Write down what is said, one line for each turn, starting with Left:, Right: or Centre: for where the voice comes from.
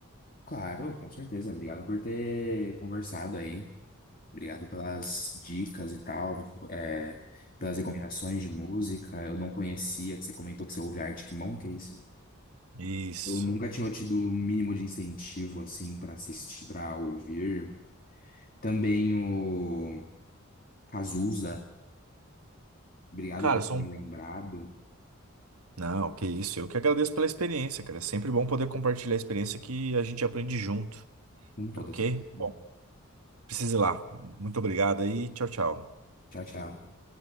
Left: Claro, com certeza. Obrigado por ter conversado aí. Obrigado pelas dicas e tal, é, pelas recomendações de música. Eu não conhecia, que você comentou que você ouve Arctic Monkeys.
Right: Isso.
Left: Eu nunca tinha tido o mínimo de incentivo assim pra assistir, para ouvir. Também o Cazuza. Obrigado
Right: Cara,
Left: por
Right: são.
Left: ter me lembrado.
Right: poucos. Não, que isso. Eu que agradeço pela experiência, cara. É sempre bom poder compartilhar a experiência que a gente aprende junto,
Left: Com toda
Right: tá ok?
Left: certeza.
Right: Bom, precise ir lá. Muito obrigado aí. Tchau, tchau.
Left: Tchau, tchau.